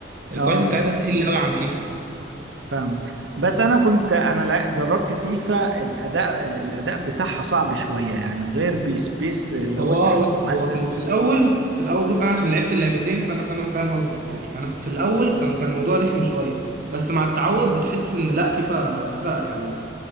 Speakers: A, on the right; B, on the right.
A: الكواليتي
B: اه
A: بتاعتها تقل قوي عن فيفا
B: فاهمك بس انا كنت انا لع- جربت فيفا الاداء الاداء بتاعها صعب شوية يعني غير بيس بيس اللي
A: هو
B: هو تحكم
A: اه بص هو
B: اسهل
A: في ال- في الاول في الاول بص انا عشان لعبت اللعبتين فانا فانا فاهم قصدك يعني انا في الاول كان كان الموضوع رخم شويه بس مع التعود بتحس ان لا فيفا فيفا يعني